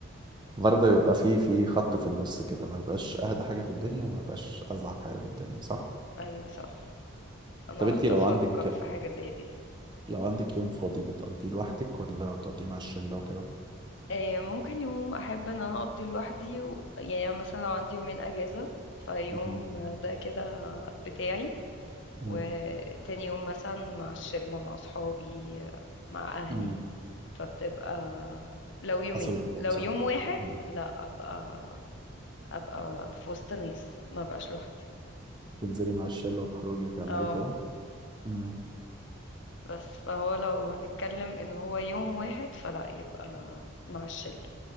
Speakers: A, on the right; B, on the left.
A: برضه يبقى في في خط في النص كده ما يبقاش اهدى حاجه في الدنيا وما يبقاش ازعج حاجه في الدنيا صح
B: ايوه صح انا
A: طب انتي
B: اتفق
A: لو عندك
B: في حاجة زي دي
A: لو عندك يوم فاضي بتقضيه لوحدك ولا بتقضيه مع الشله وكده
B: إيه، ممكن يوم احب ان انا اقضي لوحدي و... يعني أنا مثلا لو عندي يومين اجازة فيوم
A: مم.
B: ده كده بتاعي وتاني
A: مم.
B: يوم مثلا مع الشلة مع صحابي مع اهلي
A: مم.
B: فبتبقى لو يومين
A: حسب المود
B: لو
A: صح
B: يوم واحد
A: مم.
B: لا ابقى ابقى في وسط ناس ما بقاش لوحدي
A: تنزلي مع الشله وتخرجي وتعملي
B: اه
A: كده مم.
B: بس فهو لو هنتكلم ان هو يوم واحد فلا يبقى مع الشلة